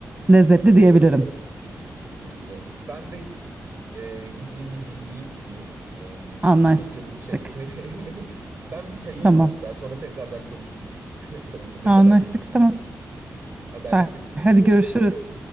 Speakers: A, on the right (about 25°); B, on the right (about 65°).
A: lezzetli diyebilirim.
B: Kesinlikle. Ben de, eee, gideyim bir dinleyeyim şunu. Eee,
A: Anlaştık.
B: çok canım çekti. <laughs> Ben bir sayayım
A: Tamam.
B: hatta, sonra tekrardan konuşuruz. <laughs> solusu ne
A: Anlaştık.
B: kadarmış?
A: Tamam. Süper.
B: Haberleşiriz, görüşürüz.
A: Hadi görüşürüz.